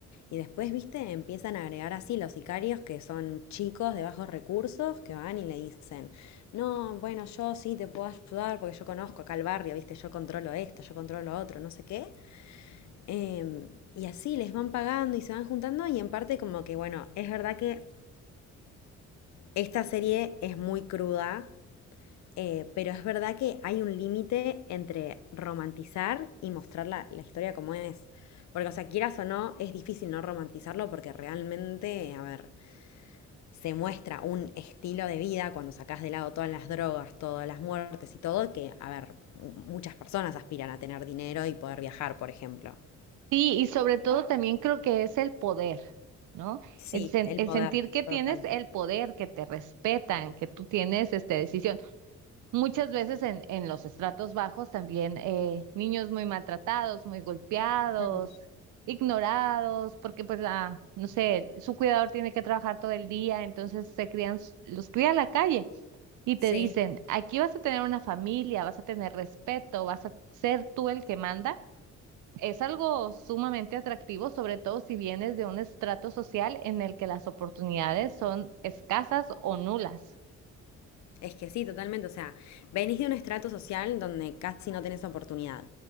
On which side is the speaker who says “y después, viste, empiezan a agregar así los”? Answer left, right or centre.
Left